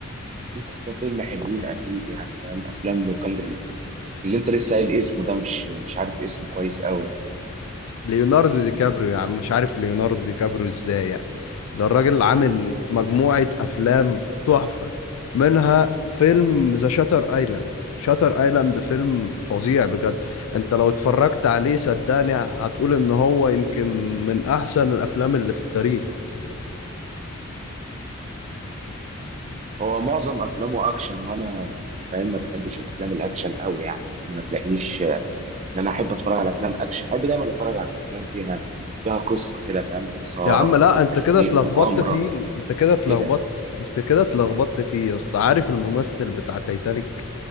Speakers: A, on the right; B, on the left.
A: في كذا فيلم حلوين اكيد يعني فاهم افلام لوكاندر اللي انت لسه قايل اسمه ده مش مش عارف اسمه كويس قوي يعني
B: ليوناردو دي كابريو يا عم مش عارف ليوناردو دي كابريو ازاي يعني ده الراجل عامل مجموعة أفلام تحفة منها فيلم ذا شاتر ايلاند شاتر ايلاند فيلم فظيع بجد انت لو اتفرجت عليه صدقني هتقول ان هو يمكن من احسن الافلام اللي في التاريخ
A: هو معظم افلامه اكشن وانا فاهم ما بحبش الافلام الاكشن قوي يعني فاهم ما تلاقينيش ان انا احب اتفرج على افلام اكشن احب دايما اتفرج على افلام فيها فيها قصه كده فاهم اثاره
B: يا عم لا انت
A: تشويق
B: كده اتلخبطت
A: مغامره
B: فيه انت كده اتلخبطت
A: كده
B: انت كده اتلخبطت فيه يا اسطى عارف الممثل بتاع تايتانيك